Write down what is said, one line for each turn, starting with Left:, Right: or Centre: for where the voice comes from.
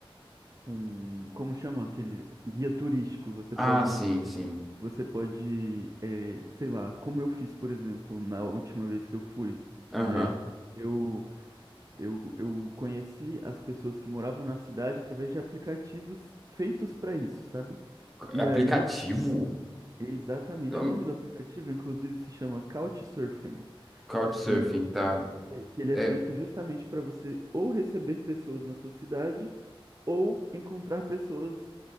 Right: com, como chama aquele guia turístico, você
Centre: Ah,
Right: pode,
Centre: sim, sim.
Right: você pode, eh, sei lá, como eu fiz, por exemplo, na última vez que eu fui,
Centre: Aham.
Right: né? Eu Eu, eu conheci as pessoas que moravam na cidade através de aplicativos feitos para isso, sabe? E
Centre: Aplicativo?
Right: aí, exatamente,
Centre: Não,
Right: o nome do aplicativo, inclusive, se chama Couchsurfing,
Centre: Couchsurfing,
Right: que,
Centre: tá.
Right: que que ele
Centre: É,
Right: é feito justamente para você ou receber pessoas na sua cidade ou encontrar pessoas